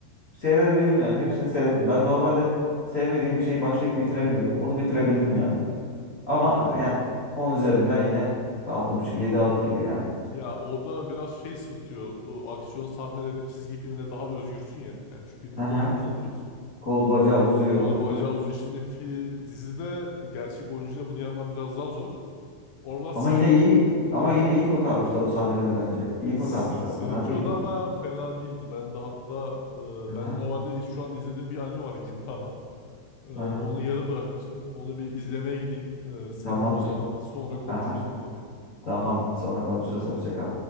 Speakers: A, on the left; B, on the left.
A: seyredebildim yani. Hepsini seyrettim. Ben normalde sevmediğim bir şeyi başlayıp bitiremiyorum. Onu bitirebildim
B: Hmm.
A: yani. Ama
B: Ya o
A: yani 10 üzerinden yine altı buçuk yedi alır gibi yani.
B: Ya orada biraz şey sırtıyor. O aksiyon sahneleri çizgi filmde daha özgürsün ya. Yani çünkü birinin
A: Hı
B: kolunu
A: hı.
B: uzatıyorsun.
A: Kolu bacağı uzuyor.
B: Kolu bacağı
A: <laughs>
B: uzuyor. Şimdi fi, dizide gerçek oyuncuyla bunu yapman biraz daha zor. Oralar sırıt.
A: Ama yine iyi. Ama
B: Evet.
A: yine iyi kotarmışlar o sahneleri bence. İyi
B: evet,
A: kotarmışlar.
B: s- sırıtıyordu
A: Fena değildi.
B: ama fena değildi. Ben de hatta e,
A: Hı
B: ben
A: hı.
B: normalde iz- şu an izlediğim bir anime var Gintama. E, onu
A: Aha,
B: yarım bırakmıştım. Onu bir izlemeye gideyim. E, sen
A: tamamdır.
B: de o zaman sonra konuşuruz
A: Aha,
B: bu konuyu.
A: tamam. Sonra konuşuruz. Hoşça kal.